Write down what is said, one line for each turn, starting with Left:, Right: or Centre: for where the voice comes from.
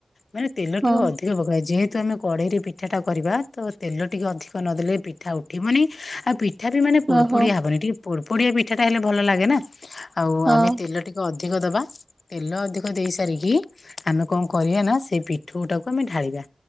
Left: ମାନେ ତେଲ
Right: ହଁ
Left: ଟିକେ ଅଧିକ ପକାଏ ଯେହେତୁ ଆମେ କଡ଼େଇରେ ପିଠାଟା କରିବା ତ ତେଲ ଟିକେ ଅଧିକ ନଦେଲେ ପିଠା ଉଠିବନି। ଆଉ ପି ଠା ବି ମାନେ ପୋଡ
Right: ଓହୋ
Left: ପୋଡିଆ ହବନି। ଟିକେ ପୋଡ ପୋଡିଆ ପିଠାଟା ହେଲେ ଭଲ ଲାଗେ ନା ଆଉ
Right: ହଁ
Left: ଆମେ ତେଲ ଟିକେ ଅଧିକ ଦବା ତେଲ ଅଧିକ ଦେଇ ସାରିକି ଆମେ କଣ କରିବା ନା ସେ ପି ଠଉ ଟାକୁ ଆମେ ଢାଳିବା।